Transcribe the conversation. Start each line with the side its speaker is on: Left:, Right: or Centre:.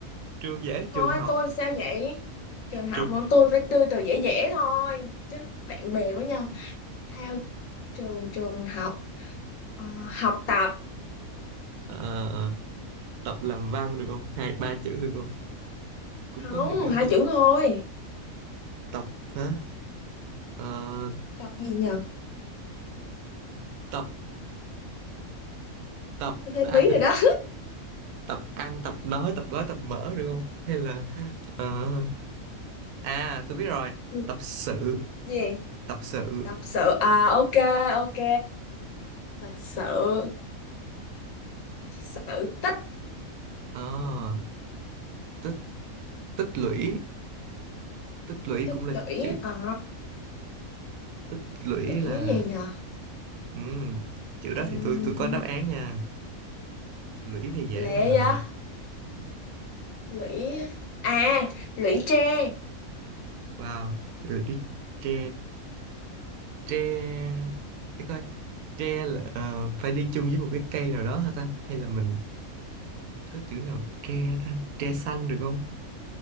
Right: trường dễ
Left: Thôi,
Right: trường học
Left: tôi sao vậy? Trường học
Right: trường
Left: mà tôi phải đưa từ dễ dễ thôi. Chứ bạn bè với nhau. Thao trường, trường học. Ờ, học tập.
Right: Ờ, tập làm văn được không hai ba chữ được không cũng
Left: Không,
Right: có nghĩa
Left: hai
Right: mà
Left: chữ thôi.
Right: tập hả Ờ,
Left: Tập gì nhờ?
Right: tập tập
Left: Tôi thấy
Right: à,
Left: bí rồi đó.
Right: tập ăn tập nói tập gói tập mở được không hay là ờ, à tôi biết rồi
Left: <laughs>
Right: tập sự
Left: Gì?
Right: tập sự
Left: tập sự à ok ok tập sự sự tích
Right: Ờ, tích tích lũy tích lũy
Left: tích
Right: cũng là
Left: lũy
Right: chữ
Left: à
Right: tích lũy
Left: lũy
Right: là
Left: gì nhờ
Right: ừm, chữ đó
Left: um,
Right: thì tôi tôi có đáp án nha lũy thì dễ
Left: lệ
Right: mà
Left: á lũy à lũy tre
Right: wow lũy tre tre để coi tre là, ờ, phải đi chung với một cái cây nào đó hả ta hay là mình có chữ nào tre ta tre xanh được không